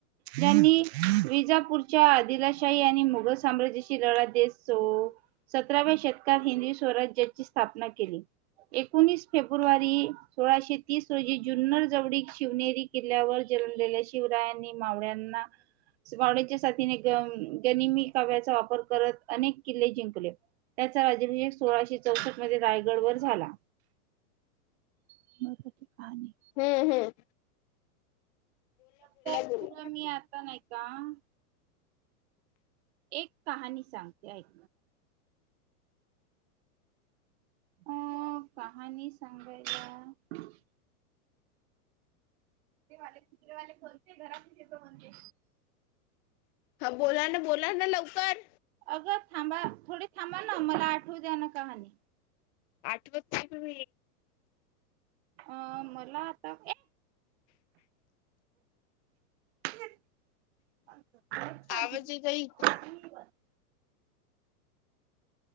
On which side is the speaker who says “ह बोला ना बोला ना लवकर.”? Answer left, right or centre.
Left